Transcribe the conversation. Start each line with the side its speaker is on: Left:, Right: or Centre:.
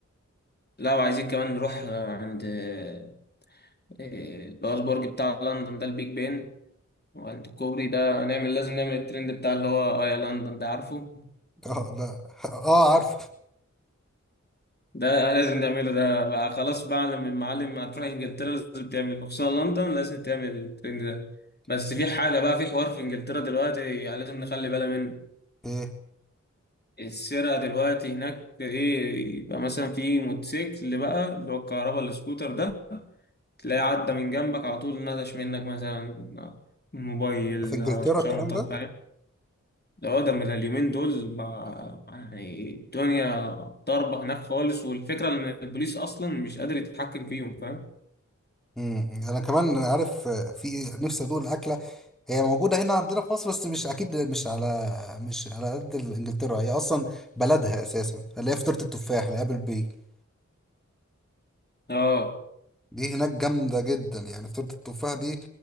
Left: لا وعايزين كمان نروح آه، عند آه، اللي هو البرج بتاع لندن ده البيج بن وعند الكوبري ده نعمل لازم نعمل الترند بتاع اللي هو اه يا لندن ده عارفه
Centre: اه لا اه عارفه
Left: ده لازم تعمله ده بقى خلاص بقى من معلم ما تروح انجلترا لازم تعمل خصوصا لندن لازم تعمل الترند ده بس
Centre: <laughs>
Left: في حاجة بقى في حوار في انجلترا دلوقتي يعني لازم نخلي بالنا منه
Centre: ايه
Left: السرقة دلوقتي هناك ايه يبقى مثلا في موتوسيكل اللي بقى اللي هو الكهرباء السكوتر ده تلاقيه عدى من جنبك على طول نطش منك مثلا موبايل
Centre: في انجلترا
Left: شنطة
Centre: الكلام ده
Left: فاهم ده هو ده من اليومين دول ما يعني الدنيا ضاربة هناك خالص والفكرة إن البوليس أصلا مش قادر يتحكم فيهم فاهم؟
Centre: مم. انا كمان عارف آه، في نفسي ادوق الاكله هي موجوده هنا عندنا في مصر بس مش اكيد مش على مش على قد انجلترا هي اصلا بلدها اساسا اللي هي فطيره التفاح اللي ابل بي
Left: آه
Centre: دي هناك جامده جدا يعني فطيره التفاح دي